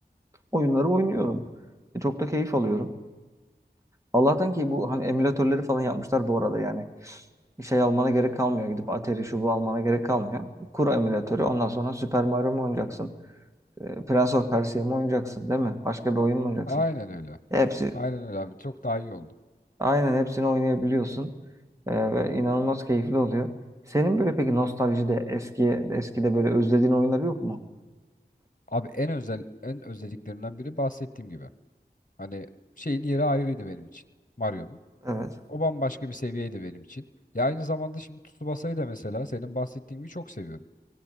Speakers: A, on the right; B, on the left.
A: oyunları oynuyorum. E, çok da keyif alıyorum. Allah'tan ki bu hani emülatörleri falan yapmışlar bu arada yani. Şey almana gerek kalmıyor. Gidip Atari şu bu almana gerek kalmıyor. Kur emülatörü ondan sonra Super Mario mu oynayacaksın? E, Prince of Persia mı oynayacaksın değil mi? Başka bir oyun mu oynayacaksın?
B: Aynen öyle.
A: Hepsi
B: Aynen öyle abi çok daha iyi oldu.
A: aynen hepsini oynayabiliyorsun. E, ve inanılmaz keyifli oluyor. Senin böyle peki nostaljide eski eskide böyle özlediğin oyunlar yok mu?
B: Abi en özel en özelliklerinden biri bahsettiğim gibi. Hani şeyin yeri ayrıydı benim için. Mario'nun.
A: Evet.
B: O bambaşka bir seviyeydi benim için. Ya aynı zamanda şimdi Tsubasa'yı da mesela senin bahsettiğin gibi çok seviyorum.